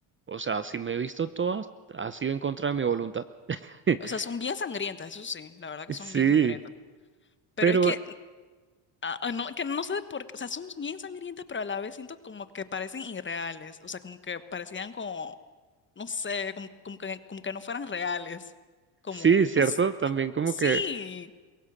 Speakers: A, on the right (about 25°); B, on the left (about 25°).
A: o sea, si me he visto todas, ha sido en contra de mi voluntad. <laughs>
B: O sea, son bien sangrientas, eso sí, la verdad que
A: Sí,
B: son bien sangrientas. Pero
A: pero
B: es que Ah, ah, no, que no sé por qué, o sea, son bien sangrientas, pero a la vez siento como que parecen irreales, o sea, como que parecían como, no sé, como, como que, como que no fueran reales, como,
A: sí, cierto,
B: no sé,
A: también como
B: sí.
A: que